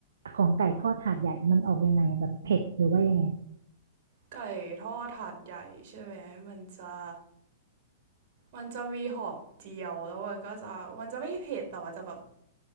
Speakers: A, on the right; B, on the right.
A: ของไก่ทอดหาดใหญ่มันออกยังไงอะแบบเผ็ดหรือว่ายังไง
B: ไก่ทอดถาดใหญ่ใช่ไหมมันจะมันจะมีหอมเจียวแล้วมันก็จะมันจะไม่เผ็ดแต่ว่าจะแบบ